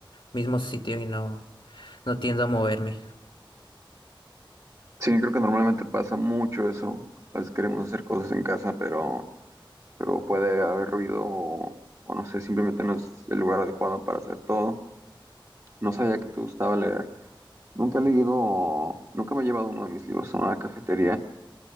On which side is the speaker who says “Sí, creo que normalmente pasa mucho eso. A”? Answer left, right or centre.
Right